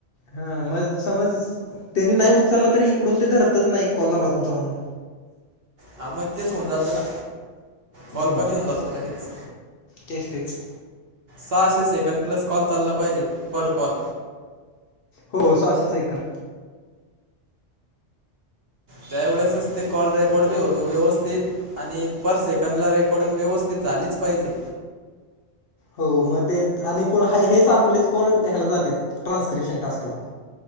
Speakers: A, on the left (about 60°); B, on the right (about 55°).
A: हा मग समज त्यांनी नाही उचलला तरी इकडून ते धरतच ना एक कॉल झाला तुमचा म्हणून.
B: हा मग तेच होऊन जातं ना.
A: हम्म
B: कॉल कमी होऊन जातो ना लगेच.
A: तेच तेच
B: सहाशे सेकंड प्लस कॉल चालला पाहिजे पर कॉल.
A: हो सहाशे सेकंद.
B: त्यावेेळेसच ते कॉल रेकॉर्ड बी होतो व्यवस्थित आणि पर सेकंद ला रेकॉर्डिंग व्यवस्थित झालीच पाहिजे.
A: हो मग ते आणि प ह हेच आपलेच कॉल ह्याला जाते ट्रान्स्क्रिप्शन टास्कला.